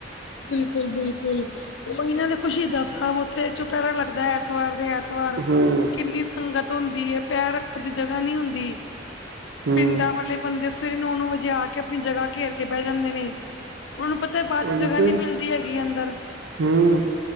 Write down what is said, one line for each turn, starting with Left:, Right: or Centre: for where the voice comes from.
Left: ਬਿਲਕੁਲ ਬਿਲਕੁਲ ਉਹੀ ਨਾ ਦੇਖੋ ਸ਼ਹੀਦਾਂ ਸਾਹਿਬ ਉਥੇ ਚੋਪਹਿਰਾ ਲੱਗਦਾ ਐਤਵਾਰ ਦੇ ਐਤਵਾਰ। ਵਾਰ
Right: ਹੂੰ,
Left: ਕਿੰਨੀ ਸੰਗਤ ਹੁੰਦੀ ਏ ਪੈਰ ਰੱਖਣ ਦੀ ਜਗ੍ਹਾ ਨੀ ਹੁੰਦੀ।
Right: ਹੂੰ।
Left: ਪਿੰਡਾਂ ਵਾਲੇ ਬੰਦੇ। ਫਿਰ ਨੋ ਨੋ ਵਜੇ ਆ ਕੇ ਕੇ ਆਪਣੀ ਜਗ੍ਹਾ ਘੇਰ ਕੇ ਬਹਿ ਜਾਂਦੇ ਨੇ। ਉਹਨਾਂ ਨੂੰ ਪਤਾ ਬਾਅਦ
Right: ਉਹੀ
Left: ਚ ਜਗ੍ਹਾ
Right: ਤੇ
Left: ਨੀ ਮਿਲਦੀ ਹੈਗੀ ਅੰਦਰ।
Right: ਹੂੰ,